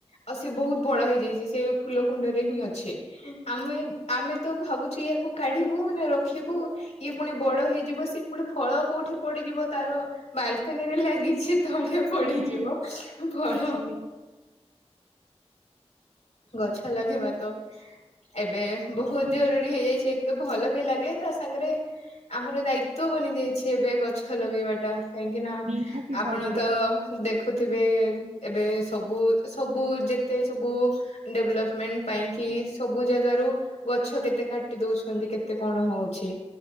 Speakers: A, on the left; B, on the right.
A: ଆଉ ସିଏ ବହୁତ ବଡ ହେଇଯାଇଛି ସେ ଫୁଲ କୁଣ୍ଡରେ ହିଁ ଅଛେ ଆମେ ଆମେ ତ ଭାବୁଛେ ୟାକୁ କାଢିବୁ ନା ରଖିବୁ ଇଏ ପୁଣି ବଡ ହେଇଯିବ ସେ ପୁଣି ଫଳ କୋଉଠି ପଡିଯିବ ତାର ବାଲକାନିରେ ଲାଗିଛି ତଳେ ପଡିଯିବ
B: ହୁଁ
A: ଫଳ।
B: ବୁଝିଲି
A: ଗଛ ଲଗେଇବା ତ ଏବେ ବହୁତ ଜରୁରୀ ହେଇଯାଇଛି, ତ ଭଲ ବି ଲାଗେ ତା ସାଙ୍ଗରେ ଆମର ଦାୟିତ୍ୱ ତ ବନିଯାଇଛି ଏବେ ଗଛ ଲଗେଇବାଟା କାହିଁକି ନା
B: ନିହାତି
A: ଆପଣ
B: ଭାବରେ
A: ତ ଦେଖ ଦେଖୁଥିବେ ଏବେ ସବୁ ସବୁ ଯେତେ ସବୁ ଡେଭଲପମେଣ୍ଟ ପାଇଁ କି ସବୁ ଜାଗାରୁ ଗଛ କେତେ କାଟି ଦଉଛନ୍ତି, କେତେ କଣ ହଉଛି